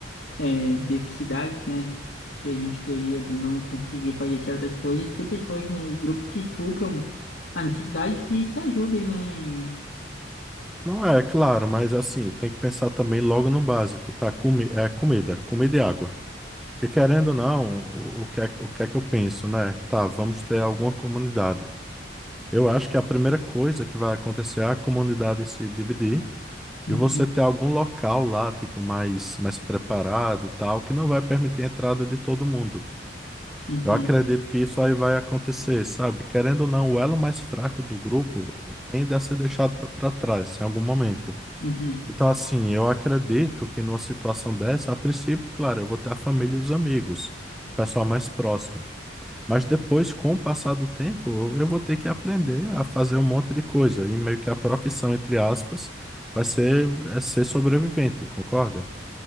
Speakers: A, on the left (about 70°); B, in the centre.
A: é, deficiências, né, que a gente teria de não conseguir fazer certas coisas, ter pessoas no grupo que supram a necessidade que se ajudem, né, em...
B: Não é, é claro, mas assim, tem que pensar também logo no básico, tá? Comi é comida, comida e água. Porque querendo ou não, o, o que é, o que é que eu penso, né? Tá, vamos ter alguma comunidade. Eu acho que a primeira coisa que vai acontecer é a comunidade se dividir
A: Uhum,
B: e você ter algum local lá, tipo, mais, mais preparado, tal, que não vai permitir a entrada de todo mundo.
A: uhum,
B: Eu acredito que isso aí vai acontecer, sabe? Querendo ou não, o elo mais fraco do grupo tende a ser deixado para trás em algum momento.
A: uhum.
B: Então, assim, eu acredito que numa situação dessa, a princípio, claro, eu vou ter a família e os amigos, o pessoal mais próximo. Mas depois, com o passar do tempo, eu vou ter que aprender a fazer um monte de coisa. E meio que a profissão, entre aspas, vai ser, é ser sobrevivente, concorda?